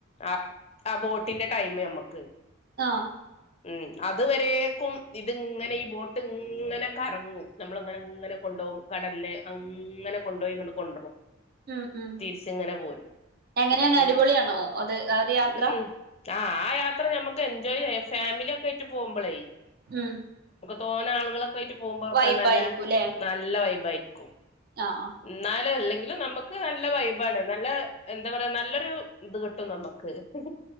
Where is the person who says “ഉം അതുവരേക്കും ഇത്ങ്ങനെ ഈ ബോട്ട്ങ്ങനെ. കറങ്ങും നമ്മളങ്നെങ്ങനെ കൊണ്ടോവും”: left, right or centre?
Left